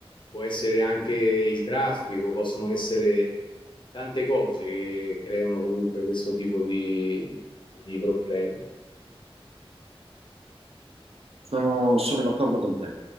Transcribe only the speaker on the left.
può essere anche il traffico, possono essere tante cose che creano comunque questo tipo di di problemi.